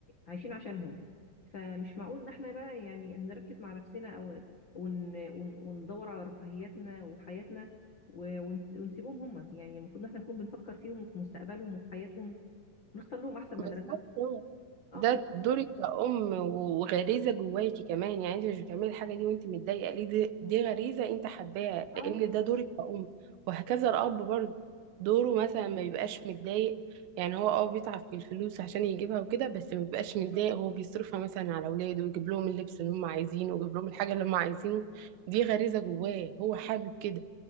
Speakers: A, on the left; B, on the right.
A: عايشين عشانهم فمش معقول ان احنا بقى يعني نركز مع نفسنا او ون ون وندور على رفاهيتنا وحياتنا و- ونس- ونسيبهم هما يعني المفروض ان احنا نكون بنفكر فيهم وفي مستقبلهم وفي حياتهم نختار لهم احسن
B: بالظبط
A: مدرسه اه
B: ده دورك كأم وغريزة جواكي كمان يعني انت مش بتعملي الحاجة دي وانت متضايقة ليه دي, دي غريزة انت حباها
A: اه
B: لان ده دورك كأم وهكذا الأب برضه دوره مثلا ما بيبقاش متضايق يعني هو اه بيتعب في الفلوس عشان يجيبها وكده بس ما بيبقاش متضايق هو بيصرفها مثلا على أولاده ويجيب لهم اللبس اللي هم عايزينه ويجيب لهم الحاجة اللي هم عايزينه دي غريزة جواه هو حابب كده